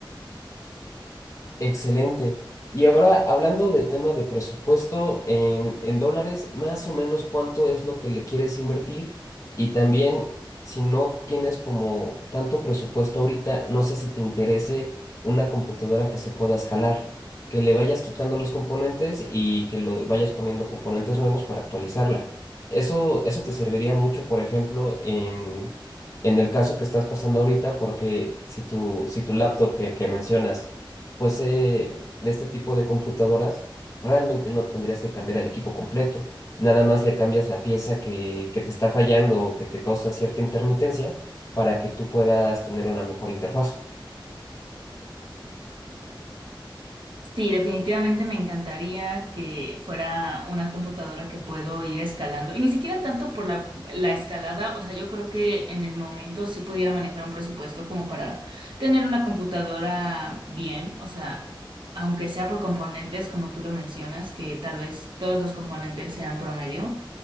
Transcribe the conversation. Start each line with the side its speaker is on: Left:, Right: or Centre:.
Left: Excelente. Y ahora, hablando de tema de presupuesto en, en dólares, más o menos cuánto es lo que le quieres invertir. Y también, si no tienes como tanto presupuesto ahorita, no sé si te interese una computadora que se pueda escalar, que le vayas quitando los componentes y que lo vayas poniendo componentes nuevos para actualizarla. Eso, eso te serviría mucho, por ejemplo, en, en el caso que estás pasando ahorita, porque si tu, si tu laptop que que mencionas fuese de este tipo de computadoras, realmente no tendrías que cambiar el equipo completo. Nada más le cambias la pieza que, que te está fallando o que te causa cierta intermitencia para que tú puedas tener una mejor interfaz.
Right: Sí, definitivamente me encantaría que fuera una computadora que puedo ir escalando. Y ni siquiera tanto por la, la escalada, o sea, yo creo que en el momento sí pudiera manejar un presupuesto como para tener una computadora bien, o sea, aunque sea por componentes, como tú lo mencionas, que tal vez todos los componentes sean promedio.